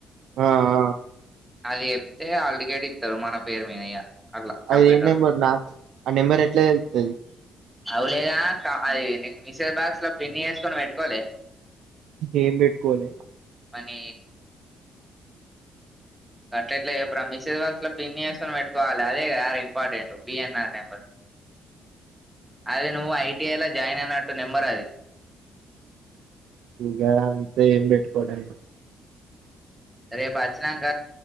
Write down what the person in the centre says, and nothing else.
అది చెప్తే హల్ టికెట్ ఇత్తరు మన పేరు మీద ఇగ. అట్లా కంప్యూటర్
లో
అవ్వులే గా కా అది నీకు మెసేజ్ బాక్స్లో ఫిన్ చేసుకొని పెట్టుకోలే.
అని. గట్ల ఎట్లా చెప్పురా మిస్సేస్ బాక్లో పిన్ చేసుకొని పెట్టుకోవాలి అదే కాదార ఇంపార్టెంట్ పిఎన్ఆర్ నెంబర్. అది నువ్వు ఐటిఐలో జాయిన్ అయినట్టు నెంబర్ అది.
రేపు వచ్చినాక